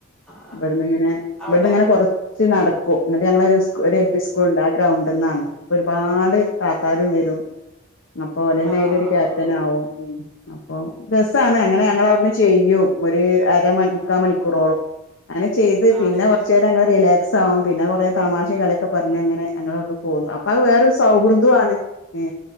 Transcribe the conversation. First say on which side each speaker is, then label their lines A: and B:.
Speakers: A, in the centre; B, on the left (about 65°).
A: ആഹ്
B: ഇവട്ന്ന്ങ്ങനെ
A: ആഹ് അവിടെ
B: ഇവിട്ന്ന്ങ്ങനെ കൊറ കൊറച്ച് നടക്കും ഇന്നിട്ട് ഞങ്ങളൊരു സ്കു ഒരു എൽ. പി. സ്കൂളിണ്ട് ആ ഗ്രൗണ്ട്ന്നാണ്. ഒരുപാട് താത്താരും വരും അപ്പൊ ഓലന്നെ
A: ആഹ്
B: അയ്ലൊരു ക്യാപ്റ്റനാവും ഉം അപ്പൊ രസാണ്
A: അതെ
B: അങ്ങനെ
A: ആഹ്
B: ഞങ്ങളവട്ന്ന് ചെയ്യും ഒര് അരമണി മുക്കാമണിക്കൂറോളം അങ്ങനെ ചെയ്ത് പിന്നെ
A: ആണ്ല്ലേ
B: കൊറച്ചേരം ങ്ങനെ റിലേ ക്സാവും പിന്നെ കൊറേ തമാശേം കളിക്കെ പറഞ്ഞ അങ്ങനെ ഞങ്ങളട്ന്ന് പോന്നു അപ്പൊ അത് വേറൊരു സൗഹൃദാണ്. ഹേ